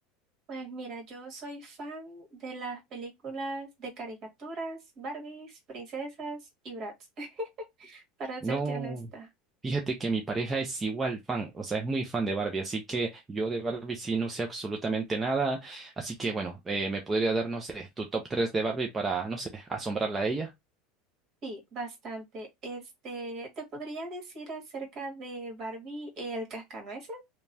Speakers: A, on the right (about 45°); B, on the right (about 20°).
A: Pues mira, yo soy fan de las películas de caricaturas, Barbies, princesas y Bratz, <laughs> para
B: No,
A: serte honesta.
B: fíjate que mi pareja es igual fan, o sea, es muy fan de Barbie, así que yo de Barbie sí no sé absolutamente nada, así que bueno, eh, ¿me podría dar, no sé, tu top 3 de Barbie para, no sé, asombrarla a ella?
A: Sí, bastante. Este, te podría decir acerca de Barbie eh, el Cascanueces,